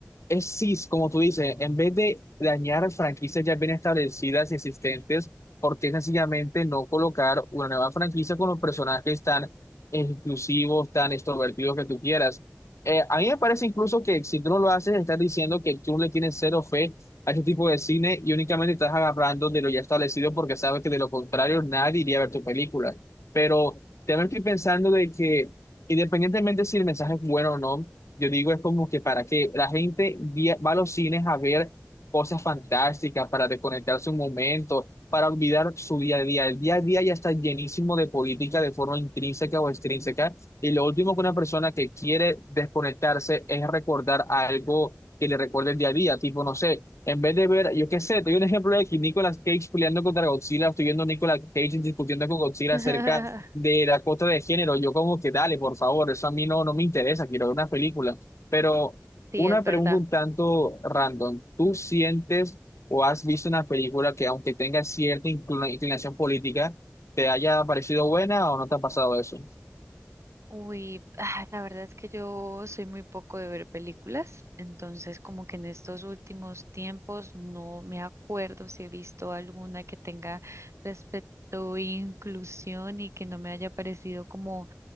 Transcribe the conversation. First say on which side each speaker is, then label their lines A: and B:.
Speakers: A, on the left; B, on the right.
A: es CIS, como tú dices, en vez de dañar franquicias ya bien establecidas y existentes, ¿por qué sencillamente no colocar una nueva franquicia con los personajes tan exclusivos, tan extrovertidos que tú quieras? Eh, a mí me parece incluso que si tú no lo haces, estás diciendo que tú le tienes cero fe a este tipo de cine y únicamente estás agarrando de lo ya establecido porque sabes que de lo contrario nadie iría a ver tu película. Pero también estoy pensando de que, independientemente si el mensaje es bueno o no, yo digo, es como que para que la gente vi- va a los cines a ver cosas fantásticas, para desconectarse un momento, para olvidar su día a día. El día a día ya está llenísimo de política de forma intrínseca o extrínseca. Y lo último que una persona que quiere desconectarse es recordar algo que le recuerde el día a día. Tipo, no sé, en vez de ver, yo qué sé, te doy un ejemplo de que Nicolas Cage peleando contra Godzilla, estoy viendo a Nicolas Cage discutiendo con Godzilla
B: <laughs>
A: acerca de la cuota de género. Yo como que dale, por favor, eso a mí no, no me interesa, quiero ver una película. Pero
B: Sí,
A: una
B: es verdad.
A: pregunta un tanto random. ¿Tú sientes o has visto una película que aunque tenga cierta inclina- inclinación política, te haya parecido buena o no te ha pasado eso?
B: Uy, ah, la verdad es que yo soy muy poco de ver películas, entonces como que en estos últimos tiempos no me acuerdo si he visto alguna que tenga respecto a inclusión y que no me haya parecido como